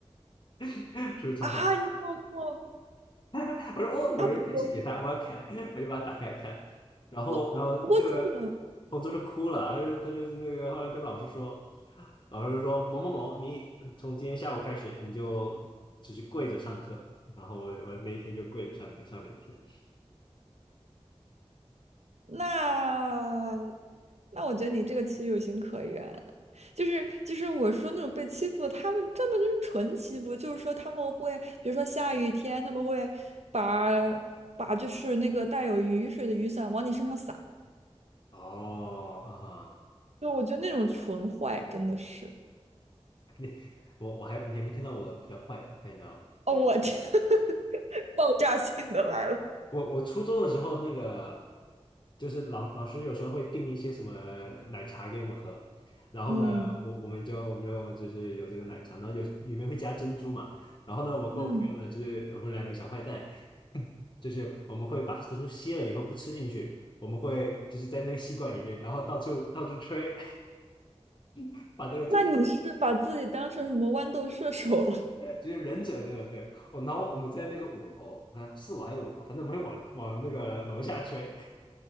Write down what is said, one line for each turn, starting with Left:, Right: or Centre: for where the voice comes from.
Left: <laughs> 是不是超坏？
Right: 啊，你说么那么
Left: <laughs> 我说哦，
Right: 啊？
Left: 有人解析给他，
Right: 不过
Left: 我要看，我就把它打开看。然后，
Right: 不不过这个。
Left: 然后这个同桌就哭了，他就他就是那个后来跟老师说，老师说某某某，你从今天下午开始你就只是跪着上课。然后我我那一天就跪着上课上了一天。
Right: 那那我觉得你这个其实有情可原，就是就是我说那种被欺负，他们根本就是纯欺负，就是说他们会，比如说下雨天，他们会把把就是那个带有雨水的雨伞往你身上撒，
Left: 哦，啊哈，
Right: 就我觉得那种纯坏真的是，
Left: 你我我还你还没听到我比较坏的，我看一下啊。
Right: 哦，我天，<laughs> 爆炸性的来了，
Left: 我我初中的时候，那个就是老老师有时候会订一些什么奶茶给我们喝，然后呢，
Right: 嗯
Left: 嗯我我们就我们就就是有这个奶茶，然后有里面会加珍珠嘛，然后呢，我跟我朋友呢，
Right: 嗯，
Left: 就是我们两个小坏蛋，就是我们会把珍珠吸了以后不吃进去，我们会就是在那个吸管里面，然后到处到处吹，<laughs> 把那个珍珠
Right: 那你是把自己当成什么豌豆射手了？
Left: 就是忍者对吧？对，我然后我们在那个五楼啊，四楼还是五楼，反正我们会往往那个楼下吹，